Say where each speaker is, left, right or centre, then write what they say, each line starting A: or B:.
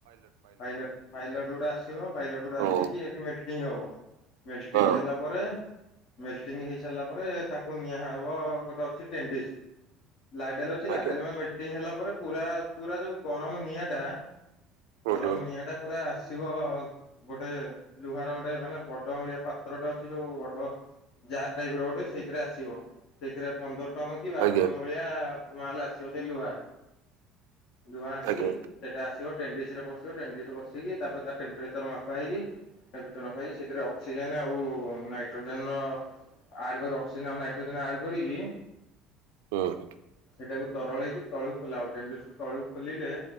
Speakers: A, on the left; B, on the right.
A: ପାଇଲଟ। ବାଇଲଟ ଗୁଡା ଆସିବ ବାଇଲଟ ଗୁଡା
B: ଓ
A: ଆସିକି ଏଠି ମେଲଟିଂ ହବ ମେଲଟିଂ
B: ହଁ
A: ହେଲା ପରେ ମେଲଟିଂ ହେଇ ସାରିଲା ପରେ ତାକୁ ନିଆହବ ଗୋଟେ ଅଛି ଟେଣ୍ଡିସ୍ ଲାଡେଲ ଛି ଲାଡେଲ
B: ଆଜ୍ଞା
A: ମାନେ ମେଲଟିଂ ହେଲା ପରେ ପୁରା ପୁରା ଯୋଉ ଗରମ ନିଆଁ ଟା
B: ହୁଁ
A: ଗରମ
B: ହୁଁ
A: ନିଆଁ ଟା ପୁରା ଆସି ଥିବ ଗୋଟେ ଲୁହାର ଗୋଟେ ମାନେ ବଡ ଭଳିଆ ପାତ୍ରଟେ ଅଛି ଯୋଉ ବଡ ଯାର ଟାଇପ୍ ର ଗୋଟେ ସେଇଥିରେ ଆସିବ ସେଇଥିରେ ପନ୍ଦର ଟନ୍ କି ବାର
B: ଆଜ୍ଞା
A: ଟନ୍ ଭଳି ଭଳିଆ ମାଲ୍ ଆସିବ ସେ ଲୁହା ଲୁହା ଆସିକି
B: ଆଜ୍ଞା
A: ସେଟା ଆସିବ ଟେଣ୍ଡିିସ ରେ ପସିବ ଟେଣ୍ଡିସ ରେ ପସିକି ତାପରେ ତା ଟେମ୍ପ୍ରେଚର ମାପା ହେଇକି ତା ଭିତରେ ରଖା ହେଇ ସେଥିରେ ଅକ୍ସିଜେନ୍ ଆଉ ନାଇଟ୍ରୋଜେନ୍ ର ଆଡ କରି ଅକ୍ସିଜେନ ଆଉ ନାଇଟ୍ରୋଜେନ୍ ଆଡ୍ କରିକି
B: ହୁଁ ହୁଁ।
A: ସେଇଟାକୁ ତରଳେଇ କି ତଳକୁ ଖୋଲା ହବ ଟେଣ୍ଡୁସ ରୁ ତଳୁ ଖୋଲିଲେ